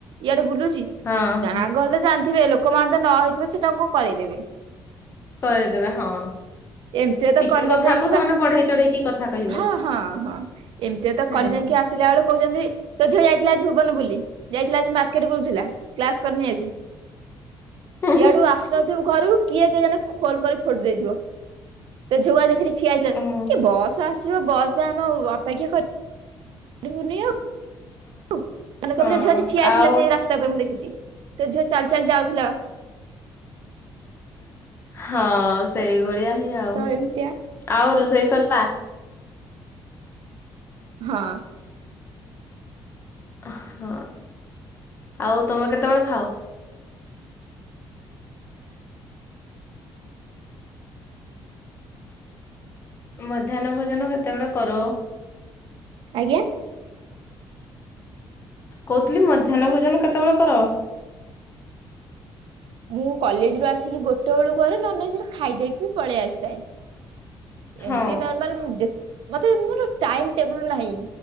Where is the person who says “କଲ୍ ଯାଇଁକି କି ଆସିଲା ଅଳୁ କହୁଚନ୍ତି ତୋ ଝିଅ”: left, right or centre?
Right